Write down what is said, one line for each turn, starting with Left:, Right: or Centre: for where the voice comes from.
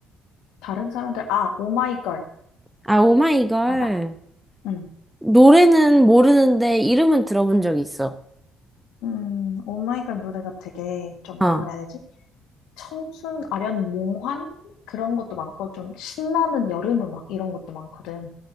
Left: 다른 사람들, 아, 오마이걸.
Centre: 아, 오마이걸.
Left: 알아? 응,
Centre: 노래는 모르는데, 이름은 들어본 적 있어.
Left: 음, 오마이걸 노래가 되게 좀
Centre: 어.
Left: 뭐라 그래야 되지? 청순, 아련, 몽환? 그런 것도 많고, 좀 신나는 여름 음악 이런 것도 많거든.